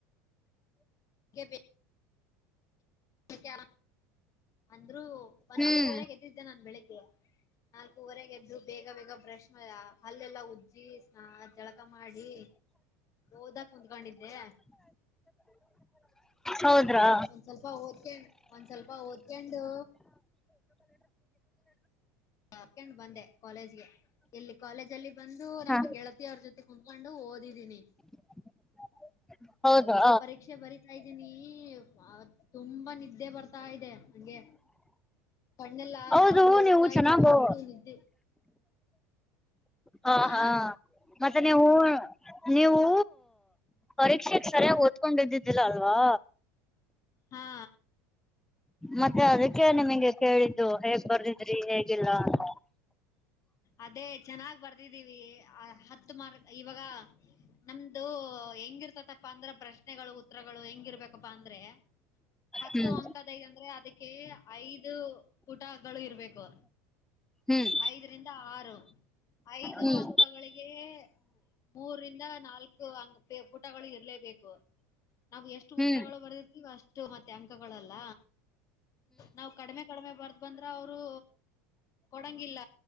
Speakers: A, on the left; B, in the centre.
A: ಕೆಬೆ. <unintelligible> ಅಂದ್ರು ಒಂದ್
B: ಹ್ಮ್
A: ನಾಲ್ಕುವರೆ ಗೆದಿದ್ ದೆ ನಾನ್ ಬೆಳಿಗ್ಗೆ ನಾಲ್ಕೂವರೆಗೆ ಎದ್ರು ಬೇಗ ಬೇಗ ಬ್ರಷ್ ಮಾ ಹಲ್ಲೆಲ್ಲ ಉ ಜ್ಜಿ ಸ್ನ್ ಜಳಕ ಮಾಡಿ ಓದಕ್ ಕುಂದ್ಕೊಂಡಿದ್ದೆ.
B: ಹೌದ್ರಾ
A: ಒಂದ್ ಸ್ವಲ್ಪ ಓದ್ಕಯನ್ ಒಂದ್ ಸ್ವಲ್ಪ ಓದ್ಕೊಂಡು. ಹಾಕ್ಯಾಂಡ್ ಬಂದೆ ಕಾಲೇಜ್ಗೆ. ಇಲ್ಲಿ ಕಾಲೇಜ್ ಅಲ್ಲಿ ಬಂದು ನಮ್ಮ
B: ಹ
A: ಗೆಳತಿಯ ಅವ್ರ ಜೊತೆ ಕುಂತ್ಕೊಂಡು ಓದಿದೀನಿ.
B: <inaudible> ಹೌದಾ
A: ಪರೀಕ್ಷೆ ಬರಿತಾ ಇದ್ದೀನಿ ಬಾಳ್ ತುಂಬಾ ನಿದ್ದೆ ಬರ್ತಾ ಇದೆ ಅಂಗೆ ಕಣ್ಣೆಲ್ಲಾ
B: ಹೌದು
A: ಮುಸ್ತಾ
B: ನೀವು ಚೆನ್ನಾಗ
A: ಇದೆ. <unintelligible> ಅಷ್ಟು ನಿದ್ದೆ.
B: ಹಾ
A: ಆ
B: ಹಾ ಮತ್ತೆ ನೀವು ನೀವು ಪರೀಕ್ಷೆ ಸರಿಯಾಗಿ ಓದ್ಕೊಂಡಿದ್ದಿದ್ದಿಲ್ಲ ಅಲ್ವಾ.
A: ಹಾ
B: ಮತ್ತೆ ಅದಕ್ಕೆ ನಿಮಗೆ ಕೇಳಿದ್ದು ಹೇಗ್ ಬರ್ದಿದ್ರಿ ಹೇಗಿಲ್ಲ ಅಂತ.
A: ಅದೇ ಚೆನ್ನಾಗ್ ಬರ್ದಿದ್ದೀವಿ ಹತ್ತು ಮಾರ್ ಇವಾಗ. ನಮ್ದು ಹೆಂಗಿರ್ತತಪ್ಪ ಅಂದ್ರ ಪ್ರಶ್ನೆಗಳು ಉತ್ತರಗಳು ಹೆಂಗಿರ್ಬೇಕ ಪ ಅಂದ್ರೆ ಹತ್ತು
B: ಹ್ಮ್
A: ಅಂಕದ ಅಂದ್ರೆ ಅದಕ್ ಕೆ ಐದು ಪುಟಗಳು ಇರ್ಬೇಕು.
B: ಹ್ಮ್
A: ಐದರಿಂದ ಆರು ಐದು
B: ಹ್ಮ್
A: ಅಂಕಗಳಿಗೆ ಮೂರರಿಂದ ನಾಲ್ಕು ಹಂಗ ಪೆ ಪುಟಗಳು ಇರ್ಲೇಬೇಕು. ನಾವು ಎಷ್ಟು
B: ಹ್ಮ್
A: ಉತ್ತರಗಳು ಬರೆದಿರ್ತೀವೋ ಅಷ್ಟು ಮತ್ತೆ ಅಂಕಗಳಲ್ಲ ನಾವು ಕಡಿಮೆ ಕಡಿಮೆ ಬರ್ದ ಬಂದ್ರ ಅವರು ಕೊಡಂಗಿಲ್ಲ